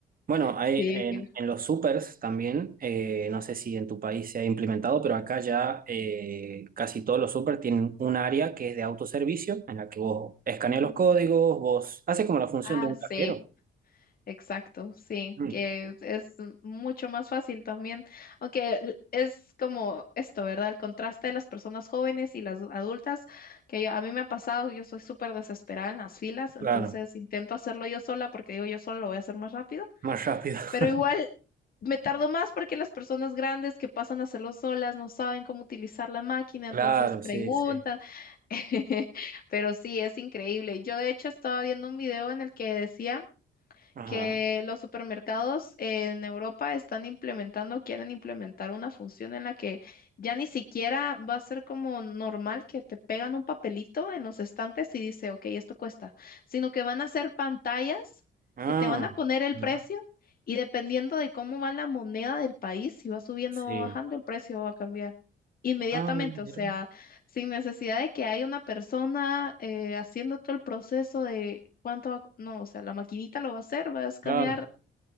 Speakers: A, on the right (about 45°); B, on the left (about 45°).
A: Bueno, hay
B: Sí,
A: en,
B: que...
A: en los supers también, eh, no sé si en tu país se ha implementado, pero acá ya eh, casi todos los supers tienen un área que es de autoservicio, en la que vos escaneas
B: ujú.
A: los códigos, vos hace como la función
B: Ah,
A: de un
B: sí.
A: cajero.
B: Exacto, sí,
A: Mm,
B: que es mucho más fácil también, aunque l- es como esto, ¿verdad? El contraste de las personas jóvenes y las adultas, que yo- a mí me ha pasado, yo soy súper desesperada en las filas,
A: claro,
B: entonces intento hacerlo yo sola porque digo, yo solo lo voy a hacer más rápido,
A: más rápido.
B: pero
A: <laughs>
B: igual me tardo más porque las personas grandes que pasan a hacerlo solas no saben cómo utilizar la máquina,
A: Claro,
B: entonces preguntan,
A: sí, sí.
B: <laughs> pero sí, es increíble. Yo de hecho estaba viendo un video en el que decía
A: Ajá.
B: que los supermercados en Europa están implementando, quieren implementar una función en la que ya ni siquiera va a ser como normal que te pegan un papelito en los estantes y dice, ok, esto cuesta, sino que van a hacer pantallas
A: Ah,
B: que te van a poner el
A: mira.
B: precio y dependiendo de cómo va la moneda del país, si va subiendo
A: Sí.
B: o bajando, el precio va a cambiar inmediatamente,
A: Ah, mira.
B: o sea sin necesidad de que haya una persona eh, haciendo todo el proceso de cuánto va, a co- no, o sea, la maquinita lo va a hacer, va a escanear.
A: Claro.